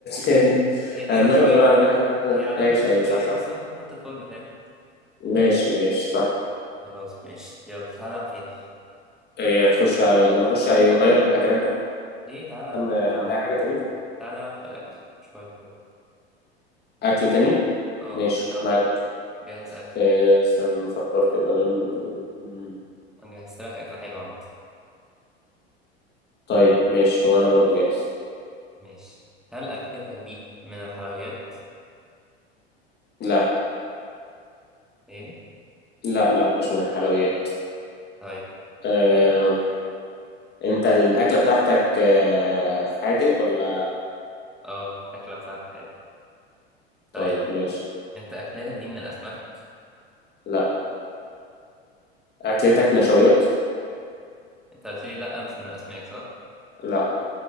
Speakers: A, on the left (about 30°); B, in the centre.
A: <laughs> يعني
B: هي
A: انا دماغي
B: مشوية
A: مشغوله على اللحمه <laughs> ف-
B: هي عادة
A: ماشي
B: مشوية
A: ايوه صح صح
B: بس ممكن تحط الفرن فاهم
A: ماشي ماشي صح
B: خلاص ماشي يلا تعالى نلعب تاني
A: هي تخش على نخش على نغير الاكلات بقى
B: ليه تعالى
A: نخليها
B: نلعب
A: حاجه تانية
B: تعالى نلعب في الأكل شوية
A: اكل تاني
B: اه
A: ماشي
B: خ...
A: معاك
B: جهز أكل
A: آه، استنى نفكر كده نعمل إيه. مم.
B: أنا جهزت لك أكلة حلوة عامة
A: طيب ماشي وانا برضو جاهز
B: ماشي هل أكلتك دي من الحلويات؟
A: لا
B: ايه؟
A: لا لا مش من الحلويات
B: طيب
A: آه، انت الاكله بتاعتك آه، حادق ولا
B: اه الأكلة بتاعتي حلوة طيب
A: طيب ماشي
B: أنت أكلتك دي من الأسماك؟
A: لا اكلتك نشويات
B: أنت قلت لي لأ مش من الأسماك صح؟
A: لا